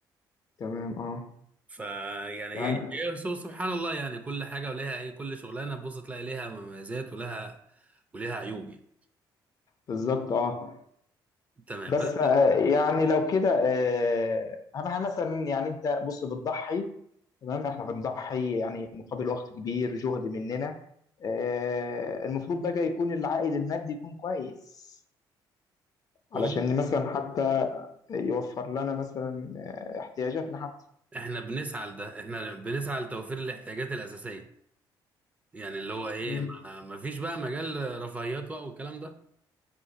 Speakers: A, on the left; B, on the right.
A: تمام اه
B: فيعني ايه
A: يعني
B: إيه، سو- سبحان الله يعني كل حاجة وليها ايه كل شغلانة تبص تلاقي ليها مميزات ولها وليها عيوب يعني
A: بالظبط اه
B: تمام
A: بس
B: بس
A: آه، يعني لو كده آه، اهم حاجه مثلا يعني انت بص بتضحي تمام احنا بنضحي يعني مقابل وقت كبير جهد مننا آه، المفروض بقى يكون العائد المادي يكون كويس علشان
B: والله
A: مثلا حتى يوفر لنا مثلا آه، احتياجاتنا حتى
B: احنا بنسعى لده احنا بنسعى لتوفير الاحتياجات الأساسية يعني اللي هو ايه
A: مم.
B: ما ما فيش بقى مجال رفاهيات بقى والكلام ده